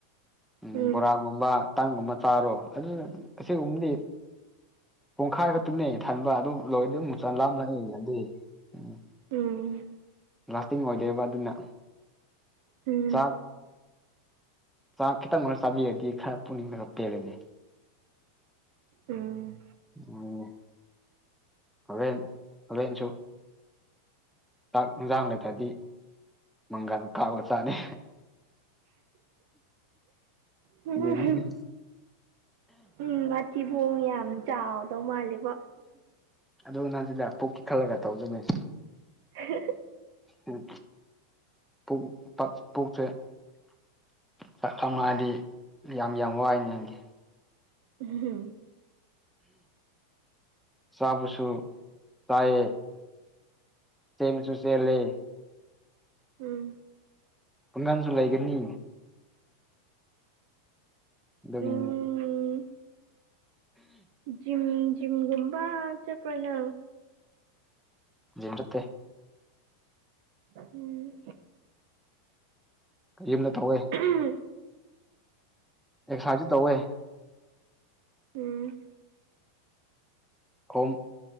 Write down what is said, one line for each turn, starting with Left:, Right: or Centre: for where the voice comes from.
Centre: ꯎ
Right: ꯎꯝ
Centre: ꯕꯣꯔꯥ ꯨꯝꫭꯕ ꯇꯥꯡꯒꯨꯝꯕ ꯆꯥꯔꯣ ꯑꯗꯨꯅ ꯑꯁꯤꯒꯨꯝꯕꯗꯤ ꯄꯨꯡꯈꯥꯏ ꯈꯛꯇꯅꯦ ꯊꯟꯕ ꯑꯗꯨ ꯂꯣꯏꯔꯗꯤ ꯆꯟ ꯂꯥꯝ ꯂꯏ ꯑꯗꯨꯏ ꯎꯝ
Right: ꯎꯝ
Centre: ꯂꯥꯁꯇꯤꯡ ꯑꯣꯏꯗꯣꯏꯕ ꯑꯗꯨꯅ
Right: ꯎꯝ
Centre: ꯆꯥꯛ ꯍ ꯈꯤꯇꯪ ꯑꫭꯏ ꯆꯥꯕꯤꯔꯗꯤ ꯈꯔ ꯄꯨꯛꯅꯤꯡꯗꯒ ꯄꯦꯜꯂꯦꯅꯦ
Right: ꯎꯝ
Centre: ꯎ ꯐꯦꯟ ꯐꯂꯦꯟꯦꯟꯁꯨ ꯆꯥꯛ ꯏꯟꯁꯥꯡ ꯂꯩꯇꯗꯤ ꯃꯪꯒꯜ ꯀꯥꯞꯂꯒ ꯆꯥꯅꯤ
Right: ꯎꯝ
Centre: ꯑꯗꯨ
Right: ꯎꯝ ꯃꯊꯤꯕꯣꯡ ꯌꯥꯝ ꯆꯥꯎꯗꯧ ꯃꯥꯜꯂꯤꯕꫭ
Centre: ꯑꯗꯨ ꯅꯪꯁꯤꯗ ꯄꯨꯛꯀꯤ ꯈꯜꯂꯒ ꯇꯧꯗꯨꯃꯦ
Right: ꯎ
Centre: ꯎꯝ ꯄꯪ ꯇꯛ ꯄꯣꯛꯁꯦ ꯆꯥꯛ ꯊꯅꯗꯤ ꯌꯥꯝ ꯌꯥꯝ ꯋꯥꯏꯅꯦꯅꯤ
Right: ꯎꯝ
Centre: ꯆꯥꯕꯨꯁꯨ ꯆꯑꯦ ꯇꯦꯃꯤ ꯆꯨꯁꯤ ꯂꯩꯦ
Right: ꯎꯝ
Centre: ꯄꯨꯡ ꯉꯝꯁꯨꯣ ꯂꯩꯒꯔꯅꯤ ꯗꯒꯤ
Right: ꯎꯝ ꯖꯤꯝ ꯖꯤꯝꯒꯨꯝꯕ ꯆꯄꯅ
Centre: ꯖꯟꯠꯇꯦ
Right: ꯎꯝ
Centre: ꯀꯔꯤꯝꯅ ꯇꯧꯋꯦ
Right: ꯎꯝ
Centre: ꯑꯦꯛꯁꯔꯁꯥꯏꯁꯨ ꯇꯧꯋꯦ
Right: ꯎꯝ
Centre: ꯍꯣꯝ